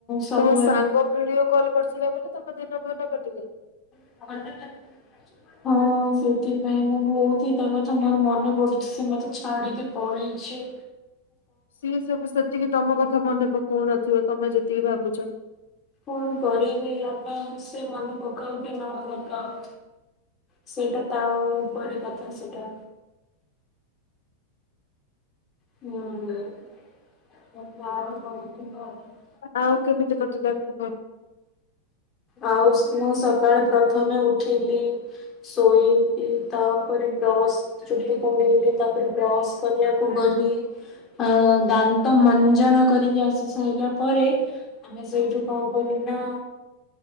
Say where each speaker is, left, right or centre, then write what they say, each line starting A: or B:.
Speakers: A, on the left (about 25°); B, on the left (about 65°).
A: ସବୁ
B: ତମ ସାଙ୍ଗ
A: ଏମତି
B: ଭିଡିଓ କଲ୍ କରିଥିଲା ବୋଲି ତମ ଦିନ ଭଲ କଟିଲା।
A: <inaudible> ହଁ ସେଥିପାଇଁ ମୁଁ ବହୁତ୍ ହି ତା କଥା ମର ମନେ ପଡୁଚି ସେ ମତେ ଛାଡିକି ପଳେଇଚି।
B: ସିଏ ସବୁ ସେତିକି ତମ କଥା ମନେ ପକଉନଥିବେ ତମେ ଯେତିକି ଭାବୁଚ।
A: କଣ କରିବି ଆମେ ସେ ମନେ ପକାଉ କି ନ ପକାଉ। ସେଇଟା ତା ଉପରେ କଥା ସେଟା। <unintelligible>
B: ଆଉ କେମିତି କଟିଲା କୁହ?
A: ଆଉ ସ-ମୁଁ ସକାଳେ ପ୍ରଥମେ ଉଠିଲି ଶୋଇକି ତାପରେ ବ୍ରସ୍ ଚୁଟି କୁଣ୍ଡେଇଲି ତାପରେ ବ୍ରସ୍ କରିବାକୁ ଗଲି। ଅ- ଦାନ୍ତ ମଞ୍ଜନ କରିକି ଆସି ସାରିଲା ପରେ ଆମେ ସେଇଠୁ କଣ କଲୁ ନା